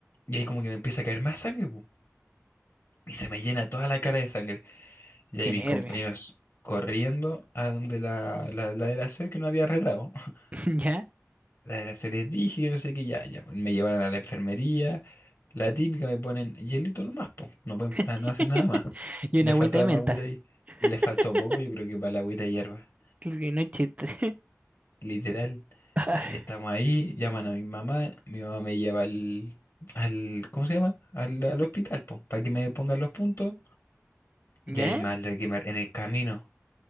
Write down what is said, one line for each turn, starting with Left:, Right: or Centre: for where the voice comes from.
Left: y ahí como que me empieza a caer más sangre, po. Y se me llena toda la cara de sangre. Y
Right: qué
Left: ahí mis
Right: nervio.
Left: compañeros corriendo a donde la, la, la de la SEO que no había retado. <laughs>
Right: <laughs> ya
Left: La de la SEO les dije que no sé qué, ya, ya. pues, Me llevaron a la enfermería. La típica me ponen hielito nomás, po. No pueden,
Right: <laughs>
Left: ah, no hacen nada más.
Right: Y
Left: Les
Right: una agüita
Left: faltó
Right: de
Left: además
Right: menta.
Left: agüita ahí.
Right: <laughs>
Left: Y les faltó poco, yo creo que para la agüita de hierba.
Right: Y no es chiste.
Left: Literal.
Right: <laughs> Ay,
Left: Y ahí estamos ahí, llaman a mi mamá. Mi mamá me lleva al, al, ¿cómo se llama? Al, al hospital, po, para que me pongan los puntos. Y
Right: ¿Ya?
Left: ahí más lo que me, en el camino.